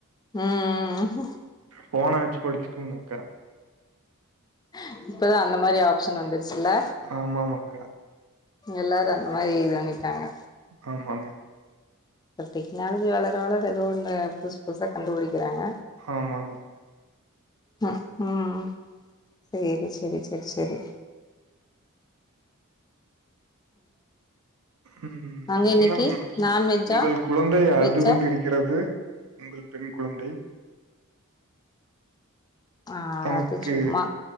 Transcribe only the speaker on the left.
ம் ம்
எப் இப்பதா அந்த மாரி ஆப்ஷன் வந்துருச்சுல்ல
எல்லாரு அந் அது மாரி இது பண்ணிட்டாங்க
இந்த டெக்னாலஜி வளர வளர ஏதோ ஒண்ணு புதுசு புதுசா கண்டுபுடிக்கிறாங்க
உம் உம் சேரி செரி செரி செரி
அங்க
இன்னைக்கு நான்வெஜ்ஜா
வெஜ்ஜா
ஆ
அது சும்மா